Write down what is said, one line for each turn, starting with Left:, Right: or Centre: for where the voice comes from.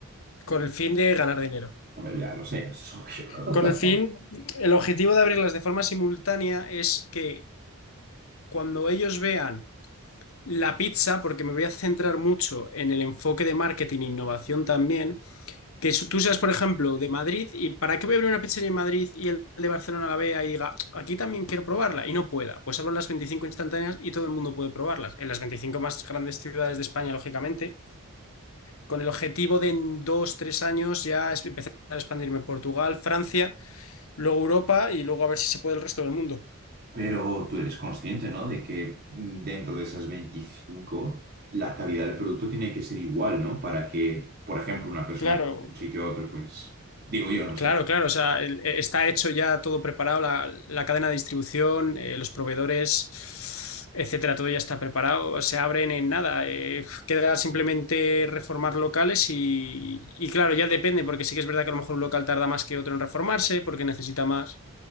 Left: con el fin de ganar dinero.
Right: Hombre, ya lo sé, eso es obvio.
Left: Con el fin,
Right: <laughs>
Left: el objetivo de abrirlas de forma simultánea es que cuando ellos vean la pizza, porque me voy a centrar mucho en el enfoque de marketing e innovación también, Que su- tú seas, por ejemplo, de Madrid y ¿para qué voy a abrir una pizzería en Madrid y el de Barcelona la vea y diga, aquí también quiero probarla y no pueda? Pues abro las 25 instantáneas y todo el mundo puede probarlas. En las 25 más grandes ciudades de España, lógicamente, con el objetivo de en dos, tres años ya es- empezar a expandirme en Portugal, Francia, luego Europa y luego a ver si se puede el resto del mundo.
Right: Pero tú eres consciente, ¿no? De que mm, dentro de esas 25 la calidad del producto tiene que ser igual, ¿no? Para que, por ejemplo, una persona
Left: Claro,
Right: que de un sitio a otro, pues, digo yo, no sé.
Left: Claro, claro, o sea, el- eh, está hecho ya todo preparado, la, la cadena de distribución, eh, los proveedores, etcétera, todo ya está preparado, se abren en nada, eh, queda simplemente reformar locales y, y claro, ya depende, porque sí que es verdad que a lo mejor un local tarda más que otro en reformarse, porque necesita más,